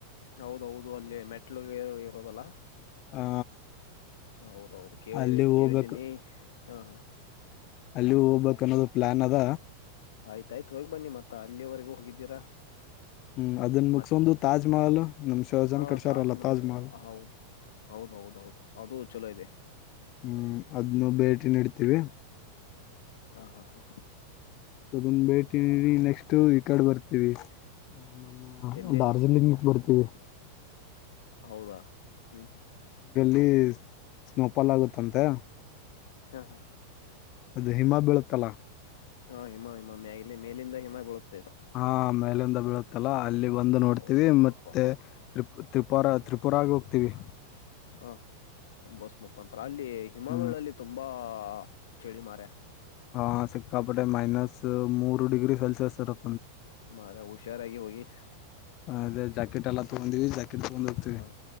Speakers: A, on the left; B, on the left.
A: ಹೌದೌದು ಅಲ್ಲಿ ಮೆಟ್ಲುಗೆ. <inaudible> ಪ್ರಭಲ
B: ಆ
A: ಹೌದು ಹೌದು <unintelligible>
B: ಅಲ್ಲಿ ಹೋಗ್ಬೇಕು
A: ಕೇಳಿದೀನಿ ಹಾ ಹಾ
B: ಅಲ್ಲಿ ಹೋಗ್ಬೇಕ ಅನ್ನೋದು ಪ್ಲಾನ್ ಅದ
A: ಆಯ್ತಾಯ್ತು ಹೋಗಿ ಬನ್ನಿ ಮತ್ತ ಅಲ್ಲಿವರೆಗೂ ಹೋಗಿದ್ದೀರಾ
B: ಹ್ಮ್ ಅದನ್ನ ಮುಗಸಂದು
A: ಮತ್
B: ತಾಜ್ಮಹಲ್ ನಮ್ ಶಾಜಹಾನ್
A: ಹಾ
B: ಕಟ್ಸಿಯರ್
A: ತಾಜ್
B: ಅಲಾ
A: ಮಹಲ್
B: ತಾಜಮಹಲ್
A: ಹೌದ್ ಹೌದ್ ಹೌದ್ ಹೌದು ಅದು ಚೊಲೋ ಇದೆ
B: ಹ್ಮ ಅದ್ನ್ನು ಬೇ... ನತೇವಿ <unintelligible>
A: ಹಾ ಹಾ ಹಾ
B: ಅದನ್ನ ಭೇಟಿ ನೀಡಿ ನೆಕ್ಸ್ಟ್ ಈ ಕಡೆ ಬರ್ತೀವಿ ಹ ನಮ್ಮ
A: ಎಲ್ಲಿ
B: ಡಾರ್ಜಿಲಿಂಗಗೆ ಬರ್ತೀವಿ
A: ಹೌದಾ ಹ್ಮ್
B: ಲ್ಲಿ ಸ್ನೋಫಾಲ್ ಆಗುತ್ತಂತೆ
A: ಹಾ ಹಾ
B: ಅದು ಹಿಮಾಬೀಳತಲ
A: ಹ ಹಿಮ ಹಿಮ ಮೇಲಿ ಮೇಲಿಂದ ಹಿಮ ಬಳುತ್ತ
B: ಹಾ ಮೇಲೆೊಂದು ಮಳ ತ್ತಲಾ ಅಲ್ಲಿ ಬಂದು ನೋಡ್ತೀವಿ
A: ಹೌದೌದಪ್ಪಾ
B: ಮತ್ತೆ ತ್ರಿ ತ್ರಿಪುರಾ ತ್ರಿಪುರಾಗ ವಿಿ
A: ಹ ಬಸ್ ಮುಖಾಂತರ ಅಲ್ಲಿ ಹಿಮಾವಳ
B: ಹ್ಮ್
A: ಅಲ್ಲಿ ತುಂಬಾ ಹಾ ಚಿಳಿ ಮಾರ್ಯ
B: ಹಾ ಸಿಕ್ಕಾಪಟೆ ಮೈನಸ್ ಮೂರು ಡಿಗ್ರಿ ಸೆಲ್ಸಿಯಸ್ ಅರುತ್ತ
A: ಮರ ಹಷಾರ ಆ <unintelligible>
B: ಹ ಅದೇಾ ಜಾಕೆಟ್ ಎಲ್ಲ ತಗೊಂಡ ಜಾಕೆಟ್ ತಗೊಂಡ್ ಹೋಗ್ತವಿ
A: ಹಾ ಹಾ